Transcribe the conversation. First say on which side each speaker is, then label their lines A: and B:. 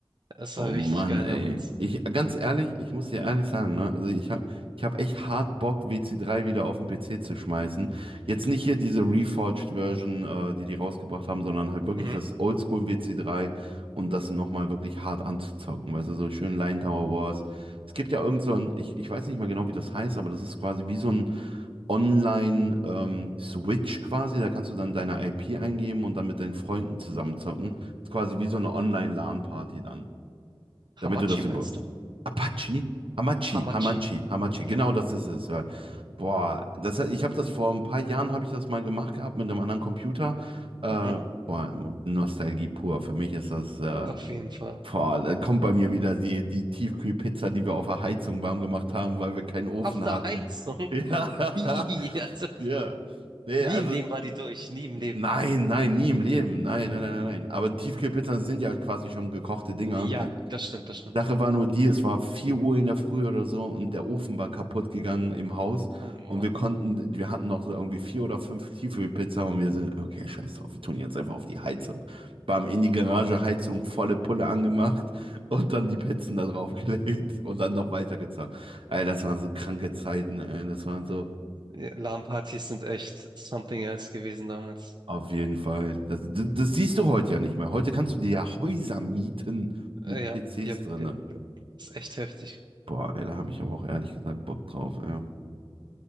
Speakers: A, on the right; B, on the right.
A: Es
B: Oh
A: war
B: Mann,
A: richtig geil
B: ey.
A: damals.
B: Ich, ganz ehrlich, ich muss dir ehrlich sagen, ne? Also ich hab, ich hab echt hart Bock, WC3 wieder auf den PC zu schmeißen. Jetzt nicht hier diese Reforged Version, äh, die die rausgebracht haben, sondern halt wirklich
A: Mhm.
B: das Oldschool WC3 und das nochmal wirklich hart anzuzocken. Weißt du, so schön Line Tower Wars. Es gibt ja irgend so ein, ich, ich weiß nicht mehr genau, wie das heißt, aber das ist quasi wie so ein Online-Switch quasi. Da kannst du dann deine IP eingeben und dann mit deinen Freunden zusammenzocken. Ist quasi wie so eine Online-LAN-Party dann.
A: Hamachi
B: Damit du das
A: meinst
B: über.
A: du?
B: Apache? Hamachi,
A: Hamachi.
B: Hamachi, Hamachi.
A: Ja,
B: Genau
A: genau.
B: das ist es. ja. Boah, das, ich habe das vor ein paar Jahren habe ich das mal gemacht gehabt mit einem anderen Computer. Äh,
A: Mhm.
B: boah, Nostalgie pur. Für mich ist das. Äh,
A: Auf jeden Fall.
B: boah, da kommt bei mir wieder die, die Tiefkühlpizza, die wir auf der Heizung warm gemacht haben, weil wir keinen Ofen
A: Auf der
B: hatten.
A: Heizung.
B: <laughs>
A: <laughs>
B: Ja.
A: Hihi, Also,
B: Ja. Nee,
A: nie
B: also.
A: im Leben war die durch. Nie im Leben.
B: Nein, nein, nie im Leben. Nein, nein, nein, nein. nein. Aber Tiefkühlpizzen sind ja quasi schon gekochte Dinger.
A: Ja,
B: Die,
A: das stimmt, das stimmt.
B: Sache war nur die, es war 4 Uhr in der Früh oder so und der Ofen war kaputt gegangen im Haus
A: Oh
B: und
A: Mann.
B: wir konnten, wir hatten noch so irgendwie vier oder fünf Tiefkühlpizza und wir so, okay, scheiß drauf, wir tun jetzt einfach auf die Heizung. Bam, in die Garage, Heizung, volle Pulle angemacht und dann die Pizzen da drauf gelegt und dann noch weitergezahlt. Ey, das waren so kranke Zeiten, ey, das waren so,
A: Ja, LAN-Partys sind echt something else gewesen damals.
B: auf jeden Fall. Das, das, das siehst du heute ja nicht mehr. Heute kannst du dir ja Häuser mieten
A: Äh,
B: mit
A: Ja,
B: PCs
A: ja,
B: drinne.
A: ja, ja. Ist echt heftig.
B: Boah, ey, da habe ich aber auch ehrlich gesagt Bock drauf, ey.